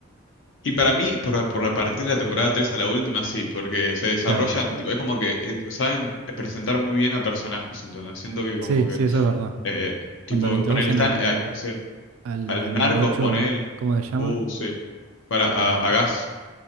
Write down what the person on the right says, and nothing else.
Claro.
Sí,
sí, eso es verdad.
Cuando
lo introducen
al,
al,
al
morocho,
¿cómo se llama?
Eh,